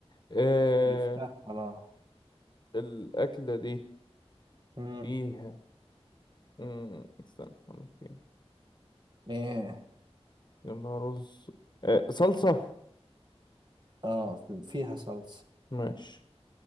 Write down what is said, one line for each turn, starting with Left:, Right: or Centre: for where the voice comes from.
Left: آه،
Right: عرفتها خلاص
Left: الاكلة دي
Right: مم.
Left: فيها مم، استنى أقول لك إيه.
Right: ايه
Left: جنبها رز آه، صلصة
Right: اه في- فيها صلصة
Left: ماشي